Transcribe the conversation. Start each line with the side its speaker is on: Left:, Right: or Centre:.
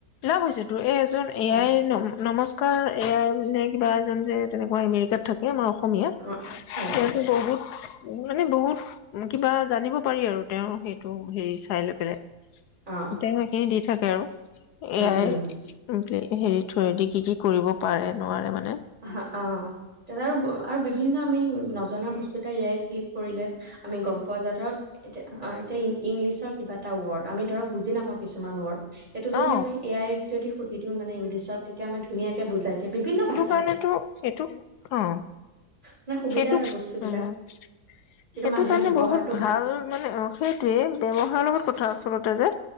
Left: লাভ হৈছে তোৰ এই এজন এ
Right: অ
Left: আই ন নমস্কাৰ এ আই নে কিবা এজন যে তেনেকোৱা এমেৰিকাত থাকে আমাৰ অ অসমীয়া
Right: অ হয়
Left: তেওঁ কে বহুত মানে বহুত কিবা জানিব পাৰি আৰু তেওঁ সেইটো হেৰি চাই লৈ পেলাই
Right: অ
Left: তেও সেখিনি দি থাক তেওঁ
Right: উম
Left: এ আই
Right: উম
Left: সেইটোয়ে হেৰি থয়দি কি কি কৰিব পাৰে নোৱাৰে মানে
Right: অ অ এ আৰু বিভিন্ন আমি নজনা বস্তু এটা ইয়াই ক্লিক কৰিলে আমি গম পোৱা যায় ধৰক এতিয়া এতিয়া ইংলিছত কিবাটা ৱৰ্ডমি ধৰক বুজি নাওঁছুমান ৱৰ্ড এইেইটো যদি
Left: অ
Right: আমি এয়াই যদি সুধি দিওঁ মানে ইংলিছত তেতিয়া মই ধুনীয়াকে বুজাই দিয়ে বিভিন্ন বাাস
Left: কাৰণেতটো সেইটো অ
Right: মানে সুবিধা
Left: সেইটোক
Right: হয় বস্তুবিলাক
Left: উ সেইটো
Right: কিন্তু মানুহে
Left: কাৰণে
Right: ব্যৱহাৰটো
Left: বহুত ভাল মানে সেইটোৱে ব্যৱহাৰৰ লগত কথা আচলতে যে